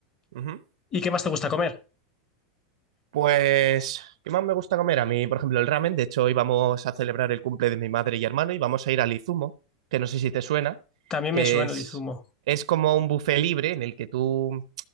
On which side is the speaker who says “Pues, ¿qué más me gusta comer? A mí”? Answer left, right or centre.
Right